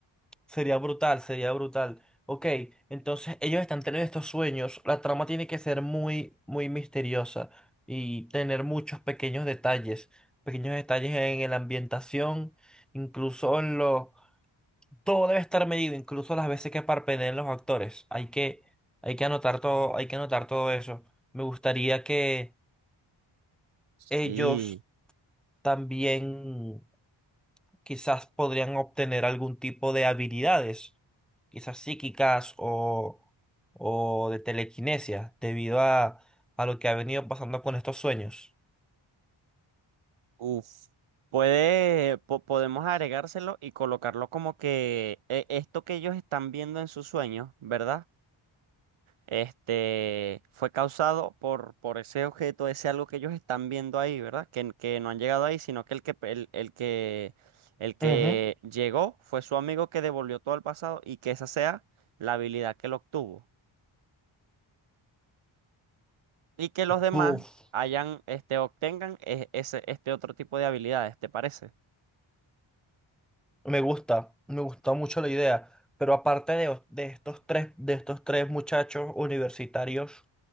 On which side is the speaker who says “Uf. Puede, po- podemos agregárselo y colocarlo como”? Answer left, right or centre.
Right